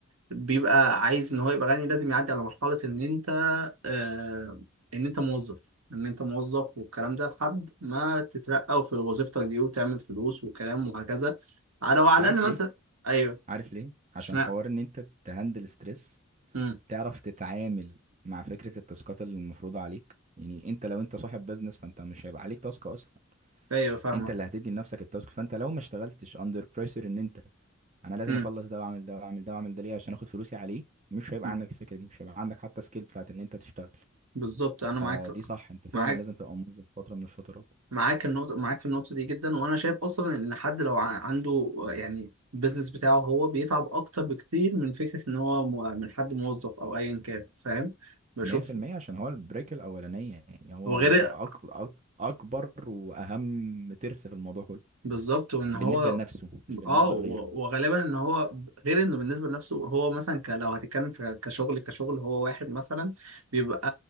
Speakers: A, on the right; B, on the right.
A: بيبقى عايز ان هو يبقى غني لازم يعدي على مرحلة ان انت آه ان انت موظف ان انت موظف والكلام ده لحد ما تترقى في وظيفتك دي وتعمل فلوس وكلام وهكذا على وعلى
B: عارف
A: الاقل
B: ليه
A: مثلا ايوه
B: عارف ليه عشان
A: اشمعنى
B: حوار ان انت تهندل ستريس
A: امم
B: تعرف تتعامل مع فكرة التاسكات اللي المفروضة عليك يعني انت لو انت صاحب بزنس فانت مش هيبقى عليك تاسك اصلا
A: ايوه فاهمك
B: انت اللي هتدي لنفسك التاسك فانت لو ما اشتغلتش اندر بريشر ان انت انا لازم
A: امم
B: اخلص ده واعمل ده واعمل ده واعمل ده ليه عشان اخد فلوسي عليه مش هيبقى
A: أمم.
B: عندك الفكرة دي مش هيبقى عندك حتى سكيل بتاعت ان انت تشتغل
A: بالظبط انا
B: فدي
A: معاك
B: صح انت فعلا
A: معاك
B: لازم تبقى موظف فترة من الفترات
A: معاك النقطة معاك في النقطة دي جدا وأنا شايف أصلا إن حد لو ع- عنده يعني البيزنس بتاعه هو بيتعب أكتر بكتير من فكرة إن هو مو- من حد موظف أو أيا كان فاهم بشوف
B: 100% عشان هو البريك الأولانية يعني هو
A: هو
B: هو
A: غير
B: أكبر أكبر وأهم ترس في الموضوع كله
A: بالظبط وان
B: بالنسبة
A: هو
B: لنفسه مش بالنسبة
A: اه و-
B: لغيره
A: وغالبا ان هو غير انه بالنسبه لنفسه هو مثلا ك... لو هتتكلم في كشغل كشغل هو واحد مثلا بيبقى